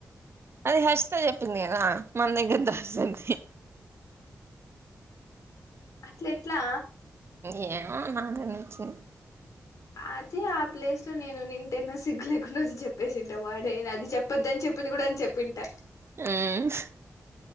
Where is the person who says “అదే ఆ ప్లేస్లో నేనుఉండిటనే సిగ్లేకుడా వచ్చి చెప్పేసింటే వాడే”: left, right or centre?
Left